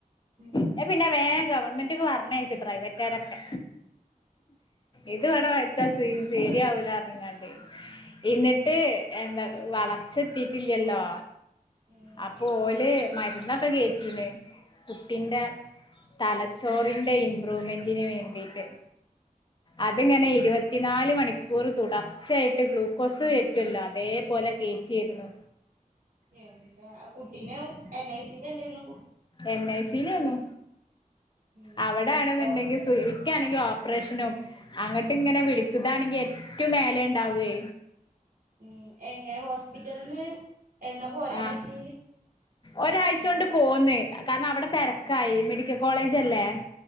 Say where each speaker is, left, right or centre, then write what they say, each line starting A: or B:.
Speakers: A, on the right; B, on the left.
A: ഉം
B: ന്നാ പിന്നെ വേഗ ഗവൺമെന്റ് ക്ക് പറഞ്ഞയച്ചു പ്രൈവറ്റുകാരൊക്കെ ഇത് ഇവടെ വെച്ച <unintelligible> ശരിയാവില്ല അങ്ങങ്ങാണ്ട് എന്നിട്ട്
A: ആ
B: എന്താ വളർച്ചെത്തിട്ടില്ലല്ലോ അ
A: ഉം
B: അപ്പോ ഓല് മരുന്നൊക്കെ കേറ്റീന് കുട്ടിന്റെ തലച്ചോറിന്റെ ഇംമ്പ്രൂവ്മെന്റിന് വേണ്ടിയിട്ട് അത്ങ്ങനെ
A: ഉം
B: ഇരുവത്തിനാല് മണി ഒര് തുടർച്ചയാട്ട് ഗ്ലൂക്കോസ് കേറ്റല്ലോ അതേപോലെ കെറ്റിരുന്നു
A: എന്താ ആ കുട്ടീനെ എൻ ഐ സിൽല്ലരുന്നു
B: എൻ ഐ സിയിലാന്നു
A: ഉം
B: അവിടെ ആണെന്നെണ്ടെങ്കി
A: ഹോസ്
B: സു ക്ക്‌ ആണെങ്കി ഓപ്പറേഷനും അങ്ങട്ട് ഇങ്ങനെ വിളിക്കുകാണെങ്കി ഏറ്റവും മേലെ ഉണ്ടാവുവെ
A: ഉം എങ്ങനെ ഹോസ്പിറ്റലന്ന് എന്നാ പോരാപറ്റിയെ
B: ആഹ് ഒരാഴ്ച കൊണ്ട് പോന്ന് കാരണം അവിടെ തിരക്കായി മെഡിക്കൽ കോളേജല്ലേ